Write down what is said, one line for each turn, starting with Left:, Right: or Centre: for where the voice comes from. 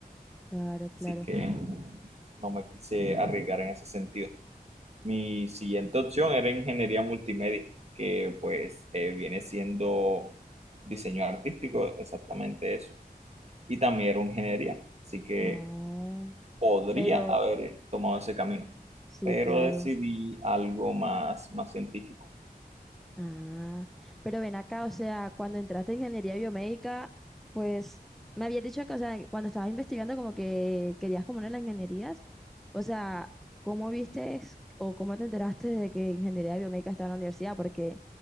Centre: Claro, claro.
Right: así que no me quise arriesgar en ese sentido. Mi siguiente opción era ingeniería multimedia, que pues eh, viene siendo diseño artístico, exactamente eso, y también era ingeniería, así que
Centre: Oh,
Right: podría
Centre: pero
Right: haber tomado ese camino,
Centre: sí,
Right: pero
Centre: claro.
Right: decidí algo más, más científico.
Centre: Ah, pero ven acá, o sea, cuando entraste en ingeniería biomédica, pues me habías dicho que, o sea, cuando estabas investigando como que querías como una de las ingenierías, o sea, ¿cómo viste o cómo te enteraste de que ingeniería biomédica estaba en la universidad? Porque